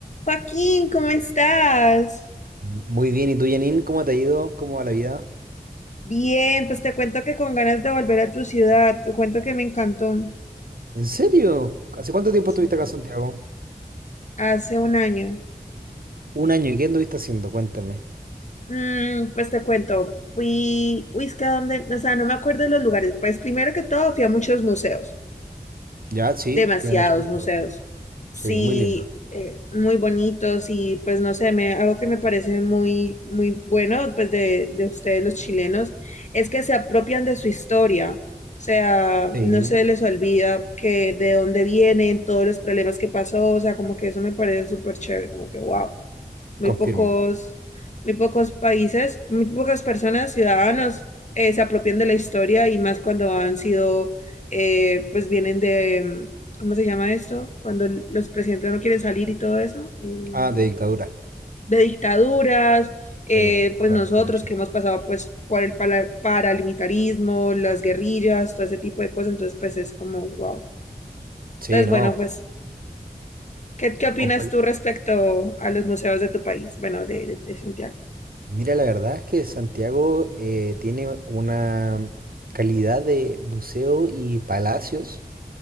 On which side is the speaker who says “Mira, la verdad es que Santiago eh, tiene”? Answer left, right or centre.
Right